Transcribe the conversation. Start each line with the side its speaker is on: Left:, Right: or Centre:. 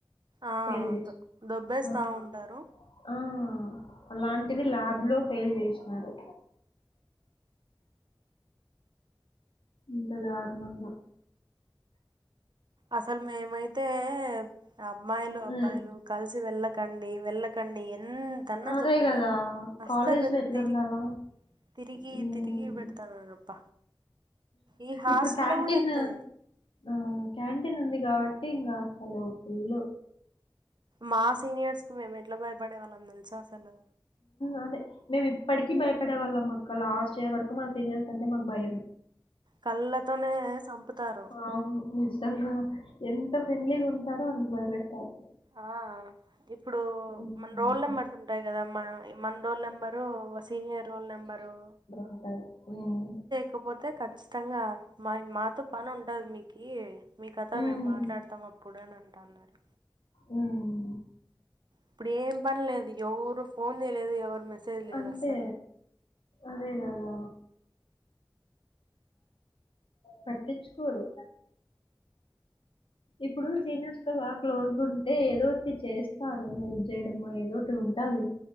Right: ఆ
Left: ఫెయిల్
Right: అంత్
Left: చేసి
Right: దొబ్బేస్తా
Left: ఆహా!
Right: ఉండారు
Left: ఆ అలాంటిది ల్యాబ్ లో ఫెయిల్ చేసినారు ఇంత దారుణంగా
Right: అసలు మేమైతే అబ్మాయిలు
Left: హ్మ్.
Right: అబ్బాయిలు కలిసి వెళ్ళకండి వెళ్ళ ఎంతన్న
Left: అదే
Right: చొప్పినా
Left: గదా!
Right: అస్సలు
Left: కాలేజ్‌లో ఎట్లుండాలా?
Right: తిరి తిరిగి
Left: హ్మ్.
Right: తిరిగి బెడతాననబ్బ ఈ హాస్ల్లో
Left: ఇప్పుడు క్యాంటీన్
Right: గుడంతే
Left: ఆ క్యాంటీన్ ఉంది గాబట్టి ఇంగ అసలు ఫుల్లు
Right: మా సీనియర్స్కి మేము ఎట్ల భయపడే వాళ్ళం దెలుసా అసలు
Left: అదే మేము ఇప్పటికీ భయపడే వాళ్ళం అక్క లాస్ట్ ఇయర్ వరకు మా సీనియర్స్ అంటే మాకు భయం
Right: కళ్ళతోనే సంపుతారు
Left: అవును నిజంగా ఎంత ఫ్రెండ్లీ గుంటారో అంత భయపెడతారు
Right: ఆ ఇప్పుడు
Left: హుహు.
Right: మన్ రోల్ నెంబర్ ఉంటాయి కదామ్మా మన్ roll number senior roll number
Left: అంటాది ఊమ్
Right: కొపోతే ఖచ్చితంగా మాయ్ మాతో పని ఉంటద్ మీకీ మీ కత
Left: హ్మ్.
Right: మేమ్ మాట్లాడతాం అప్పుడు అని అంటన్నారు
Left: ఊమ్
Right: ఇప్పుడ్ ఏం పనిలేదు గ్ యెవురు ఫోన్ దేలేదు ఎవర్ మెసేజ్ లేదస్సలు
Left: అంతే. అదే గదా పట్టిచుకోరు ఇప్పుడు సీనియర్స్ తో బాగ్ క్లోజ్ గుంటే ఏదోటి చేస్తారు హెల్ప్ జేయడమో ఏదోటి ఉన్ కావి